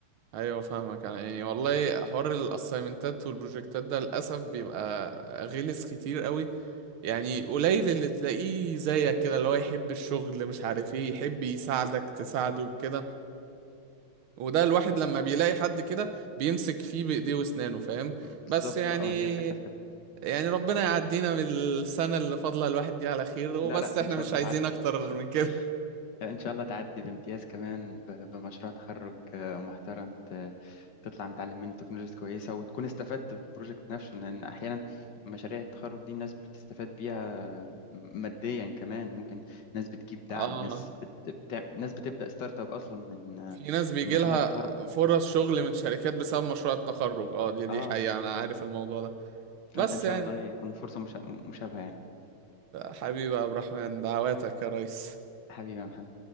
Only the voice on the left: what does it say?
بالظبط
اه هي الفكرة في كده
لا لا
ان شاء
الله
تعدي
ان
شاء
الله ان شاء الله تعدي بامتياز كمان ب- بمشروع تخرج آه، محترم ت- تطلع متعلم منه تكنولوجيز كويسه وتكون استفدت في البروجكت نفسه لان احيانا مشاريع التخرج دي الناس بتستفاد بيها آه، ماديا كمان ممكن ناس بتجيب
دعم ناس بت... بتعمل... ناس بتبدا ستارت اب اصلا من آه،
من مشاريع
التخرج
اه
فانت ان شاء
الله يكون فرصه مشا... مشابهه يعني
حبيبي يا محمد